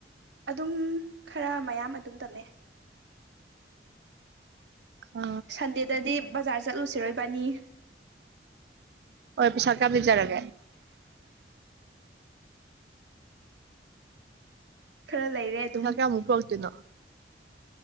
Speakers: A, on the right; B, on the right.
A: ꯑꯗꯨꯝ ꯈꯔ ꯃꯌꯥꯝ ꯑꯗꯨꯝ ꯇꯝꯃꯦ
B: ꯑ
A: ꯁꯟꯗꯦꯗꯗꯤ ꯕꯖꯥꯔ ꯆꯠꯂꯨꯁꯤꯔꯣꯏꯕꯥꯅꯤ
B: ꯑꯣ ꯄꯁꯦ ꯑꯅꯤ ꯆꯔꯥꯒꯦ
A: ꯈꯔ ꯂꯩꯔꯦ ꯑꯗꯨꯝ
B: ꯄꯩꯁꯥ ꯀꯌꯥꯃꯛꯇꯅꯣ